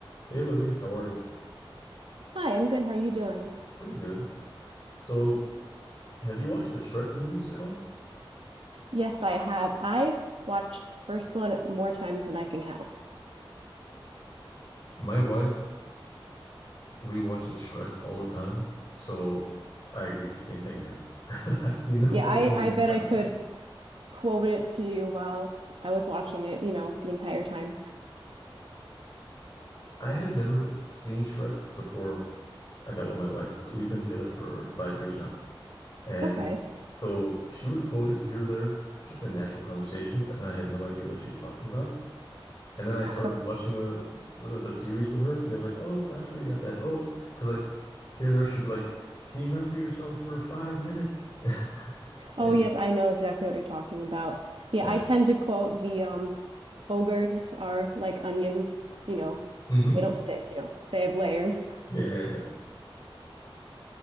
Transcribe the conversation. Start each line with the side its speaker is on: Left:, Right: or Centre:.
Left: Hey Olivia, how are you?
Right: Hi, I'm good. How are you doing?
Left: Pretty good. So, have you watched the Shrek movies at all?
Right: Yes, I have. I've watched the first one more times than I can count.
Left: My wife rewatches Shrek all the time, so I agree. Same thing here. <laughs> I've seen the
Right: Yeah,
Left: first
Right: I,
Left: one
Right: I bet
Left: countless
Right: I could
Left: times.
Right: quote it to you while I was watching it, you know, the entire time.
Left: I had never seen Shrek before I got with my wife. We've been together for five years now, and
Right: Okay.
Left: so she would quote it here or there, just in natural conversations, and I had no idea what she was talking about. And then I started
Right: <laughs>
Left: watching the, the the series with her, and it was like, oh, that's where you got that. Oh, because like here and there, she'd be like, "Can you not be yourself for five minutes?" <laughs>
Right: Oh,
Left: And
Right: yes, I know exactly what you're talking about.
Left: yeah,
Right: Yeah, I tend to quote the um ogres are like onions, you know,
Left: hmm
Right: they don't stink, you know, they have layers.
Left: yeah, yeah, yeah,